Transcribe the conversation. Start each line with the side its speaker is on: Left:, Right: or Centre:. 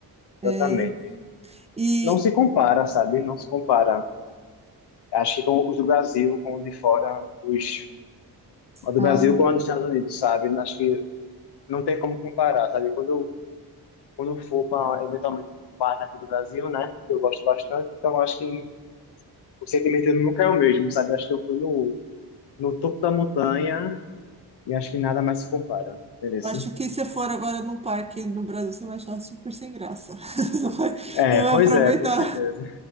Right: É,
Left: exatamente.
Right: e.
Left: Não se compara, sabe? Não se compara. Acho que com os do Brasil, com os de fora, os a do
Right: Ah.
Left: Brasil com a dos Estados Unidos, sabe? Acho que não tem como comparar, sabe? Quando eu, quando eu for para, eventualmente, um bar aqui do Brasil, né? Que eu gosto bastante, então acho que o sentimento nunca é o mesmo, sabe? Acho que eu fui no, no topo da montanha e acho que nada mais se compara, entendeu? assim?
Right: Acho que se for agora num parque no Brasil, você vai achar super sem graça. <laughs> Não vai,
Left: É,
Right: não vai
Left: pois
Right: aproveitar.
Left: é, com certeza.